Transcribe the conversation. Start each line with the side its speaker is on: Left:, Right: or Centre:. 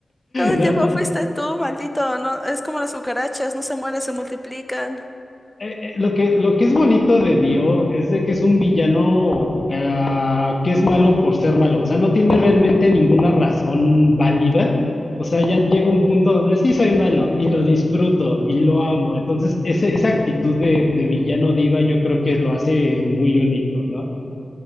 Centre: todo el
Left: No,
Centre: tiempo
Left: no,
Centre: fuiste tú, maldito. No, es como las cucarachas, no se mueren, se multiplican.
Left: eh, eh, lo que, lo que es bonito de Dio es de que es un villano ah, que es malo por ser malo. O sea, no tiene realmente ninguna razón válida. O sea, ya llega un punto donde sí soy malo y lo disfruto y lo amo. Entonces, ese- esa actitud de, de villano diva yo creo que lo hace muy único, ¿no?